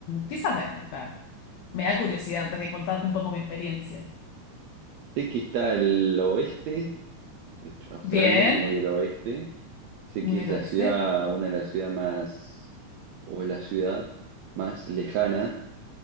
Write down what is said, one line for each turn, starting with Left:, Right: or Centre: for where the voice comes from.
Left: ¿qué sabes de Perth? Me da curiosidad antes de contarte un poco mi experiencia.
Right: Sé que está al oeste de Aust- Australia,
Left: Bien,
Right: muy al oeste. Sé
Left: muy
Right: que es
Left: al
Right: la
Left: oeste,
Right: ciudad, una de las ciudades más, o la ciudad más lejana